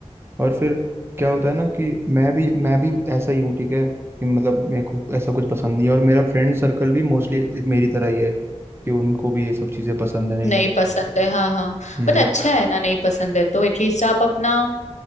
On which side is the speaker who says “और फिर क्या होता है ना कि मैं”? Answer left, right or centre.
Right